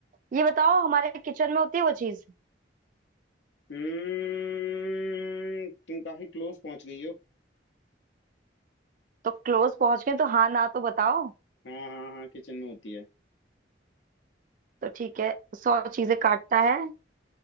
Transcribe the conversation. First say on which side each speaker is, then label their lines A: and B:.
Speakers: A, on the right; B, on the left.
A: ये बताओ हमारे किचन में होती है वो चीज
B: हम्म तुम काफी क्लोज पहुंच गई हो
A: तो क्लोज पहुंच गए तो हाँ ना तो बताओ
B: हाँ हाँ हाँ किचन में होती है
A: तो ठीक है सौ चीजें काटता है